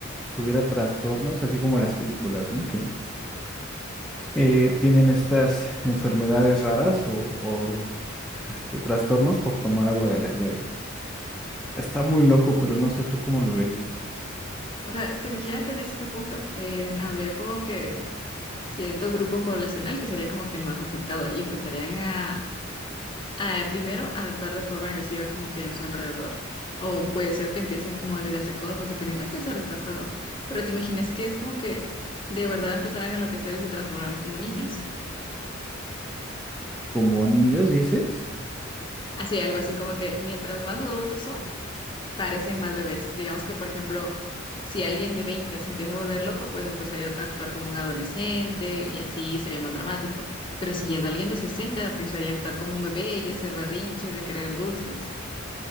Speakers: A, in the centre; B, on the left.
A: tuviera trastornos, así como en las películas, ¿no? Que eh, tienen estas enfermedades raras o, o, este, trastornos por tomar agua de la llave. Está muy loco, pero no sé tú cómo lo verías.
B: O sea, es que imagínate en ese punto, eh, habría como que cierto grupo poblacional que sería como que el más afectado y empezarían a, a, primero a actuar de forma agresiva como que en su alrededor. O puede ser que empiecen como a olvidarse cosas, dependiendo de cuál sea el trastorno. Pero te imaginas que es como que de verdad empezaran a enloquecer y se transformaran como niños.
A: ¿Como niños dices?
B: Así, algo así como que mientras más adultos son, parecen más bebés. Digamos que, por ejemplo, si alguien de 20 se empieza a volver loco, pues empezaría a actuar como un adolescente y así sería más dramático. Pero si ya es alguien de 60, empezaría a actuar como un bebé y a hacer berrinches y a querer dulces.